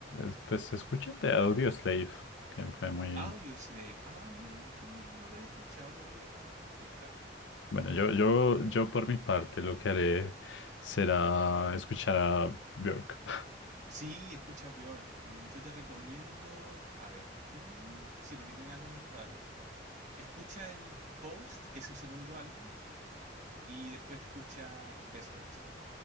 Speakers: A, on the left; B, on the right.
A: es- pues escúchate Audioslave, que fue muy.
B: Audio Slave. Ah, mira, qué bien. No lo había escuchado, lo voy a buscar.
A: Bueno, yo, yo, yo por mi parte lo que haré será escuchar a Björk. <laughs>
B: Sí, escucha peor. Mm, Yo te recomiendo. A ver. mm, sí, porque tiene álbumes raros. Escucha el Post, que es su segundo álbum. Y después escucha Vespertine.